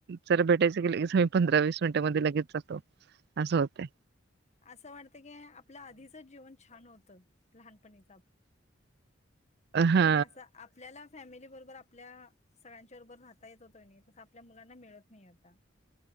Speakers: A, on the right; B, on the left.
A: ज भेटायच. च पंधरा वीस मिनिटमध्ये लगेच जातो असं होते.
B: असं वाटतं की आपलं आधीच जीवन छान होतं लहानपणीच
A: हा
B: जे असं आपल्याला फॅमिली बरोबर आपल्या सगळ्यांच्या बरोबर राहता येत होतो नाही, तस आपल्या मुलांना मिळत नाही आता.